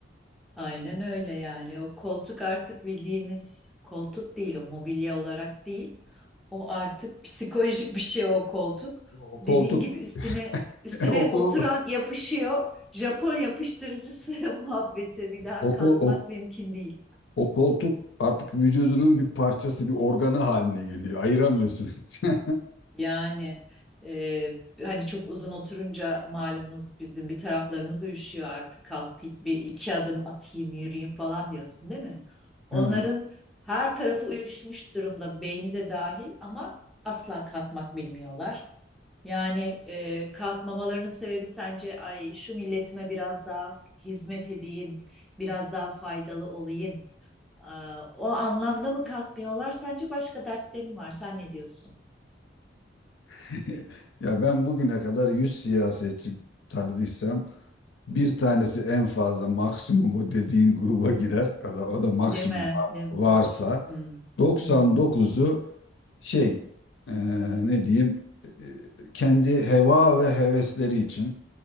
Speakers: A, in the centre; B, on the left.
A: Aynen öyle yani. O koltuk artık bildiğimiz koltuk değil, o mobilya olarak değil. O artık psikolojik bir şey o koltuk.
B: O
A: Dediğin
B: koltuk
A: gibi üstüne üstüne
B: <laughs> o, kol-
A: oturan yapışıyor. Japon yapıştırıcısı <laughs> muhabbete bir daha
B: o,
A: kalkmak
B: kol- o,
A: mümkün değil.
B: o koltuk artık vücudunun bir parçası, bir organı haline geliyor. Ayıramıyorsun. <laughs>
A: Yani e, hani çok uzun oturunca malumunuz bizim bir taraflarımız üşüyor artık kalkıp bir iki adım atayım yürüyeyim falan diyorsun değil mi? Onların
B: Ha.
A: her tarafı uyuşmuş durumda beyni de dahil ama asla kalkmak bilmiyorlar. Yani e, kalkmamalarının sebebi sence ay şu milletime biraz daha hizmet edeyim, biraz daha faydalı olayım. Aa, o anlamda mı kalkmıyorlar? Sence başka dertlerim var. Sen ne diyorsun?
B: <laughs> Ya ben bugüne kadar 100 siyasetçi tanıdıysam Bir tanesi en fazla maksimumu dediğin gruba girer. O da, o da maksimum
A: Değil mi?
B: var-
A: Değil mi?
B: varsa
A: Hı hı.
B: 99'u
A: Hı hı.
B: şey e, ne diyeyim e, kendi heva ve hevesleri için